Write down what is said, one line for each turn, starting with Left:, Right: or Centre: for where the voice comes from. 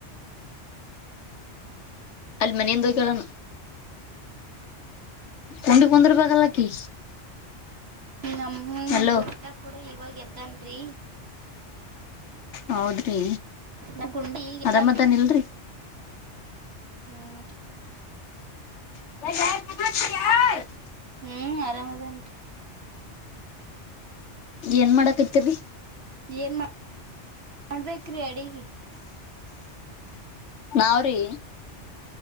Left: ಅಲ್ಲಿ ಮನೆಯಿಂದ ಕೇಳಣ ಕೊಂಡಿ ಕುಂದಿರ್ ಬಲ್ಲಕಿ
Right: ನಮ್ಮ
Left: ಹಲೋ
Right: ಕೂಡ ಇವಾಗ ಎದ್ದನ್ರಿ
Left: ಹೌದ್ರಿ
Right: ನ ಗುಂಡಿ ಇದ್ದ.
Left: ಆರಾಮದಾನ ಇಲ್ರಿ
Right: ಹ್ಮ್-
Left: <inaudible>
Right: ಹ್ಮ್ ಆರಾಮದೇನ್ ರರಿ.
Left: ಏನ್ ಮಾಡಕ್ ಇರ್ತಿರಿ.
Right: ಏನ್ ಮಾಡ ಮಾಡ್ಬೇಕ್ರಿ ಅಡಿಗೆ.
Left: ನಾವ್ರೀ.